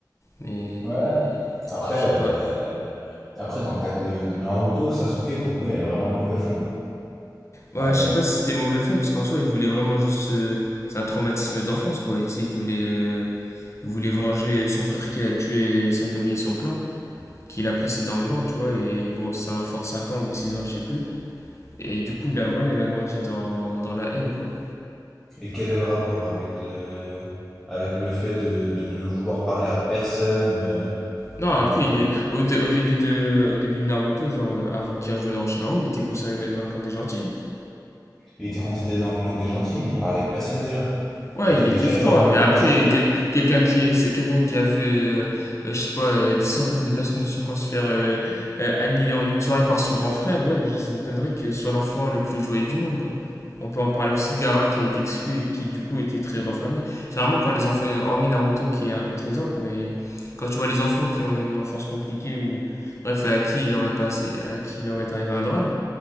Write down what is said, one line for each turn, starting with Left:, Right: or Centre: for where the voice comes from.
Left: Mais
Centre: Ouais. Après,
Left: je sais pas.
Centre: euh, après, dans le cadre de, de Naruto, Sasuke, pour le coup, il avait vraiment un mauvais fond.
Left: Ouais,
Centre: Euh,
Left: je sais pas si c'était mauvais fond parce qu'en soi, il voulait vraiment juste euh, c'est un traumatisme d'enfance quoi. Et tu sais, il voulait euh, il voulait venger son frère qui a tué sa famille et son clan, qu'il apprécie énormément, tu vois. Et bon, c'est un enfant de 5 ans ou de 6 ans, je sais plus. Et du coup, là voilà, il a grandi dans, dans la haine quoi.
Centre: Et quel est le rapport avec le, avec le fait de, de, de vouloir parler à personne euh,
Left: Non,
Centre: euh,
Left: après, il est au, dé- au début de, au début de Naruto, genre euh, avant qu'il rejoigne Orochimaru, il était considéré dans le camp des gentils. hein.
Centre: Il était considéré dans le clan des gentils, mais il parlait avec personne déjà.
Left: Ouais,
Centre: Il était
Left: il était
Centre: déjà
Left: froid,
Centre: genre en
Left: mais
Centre: mode
Left: après,
Centre: méchant.
Left: quel- quelqu'un qui est, c'est quelqu'un qui a vu, euh, euh, je sais pas, euh, des centaines de personnes de son clan se faire euh, euh, annihiler en une soirée par son grand frère, ouais, je- ça m'étonnerait que ce soit l'enfant le plus joyeux du monde, quoi. On peut en parler aussi de Gaara qui a été exclu et qui, du coup, était très renfermé. Généralement, quand les enfants, hormis Naruto qui est un contre-exemple, mais quand tu vois les enfants qui ont une enfance compliquée ou, bref, à qui il leur est passé, à qui il leur est arrivé un drame,